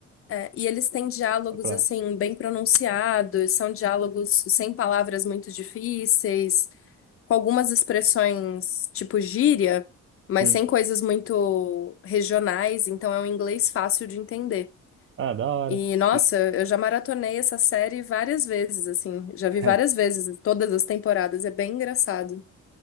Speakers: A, on the left; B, on the right.
A: é, e eles têm diálogos
B: Pra,
A: assim bem pronunciados, são diálogos sem palavras muito difíceis, com algumas expressões tipo gíria, mas
B: sim.
A: sem coisas muito regionais, então é um inglês fácil de entender.
B: Ah, da hora.
A: E nossa,
B: Isso,
A: eu já maratonei essa série várias vezes, assim, já vi
B: <laughs>
A: várias vezes, todas as temporadas, é bem engraçado.